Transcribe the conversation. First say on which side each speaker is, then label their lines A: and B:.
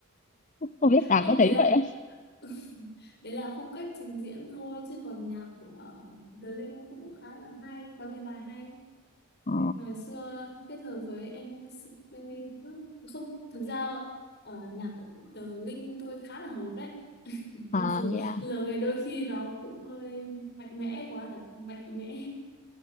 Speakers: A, on the left; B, on the left.
A: không biết bà
B: Không,
A: có thấy
B: đấy là
A: vậy
B: <laughs> đấy là phong cách trình diễn thôi chứ còn nhạc của ờ, Tứ Linh cũng khá là hay, có nhiều bài hay.
A: Ờ,
B: Ngày xưa kết hợp với MCK nữa. không, thực ra ờ, nhạc của Tứ Linh tôi khá là hợp đấy.
A: à,
B: mặc dù
A: thế à.
B: lời đôi khi nó cũng hơi mạnh mẽ quá thật mạnh mẽ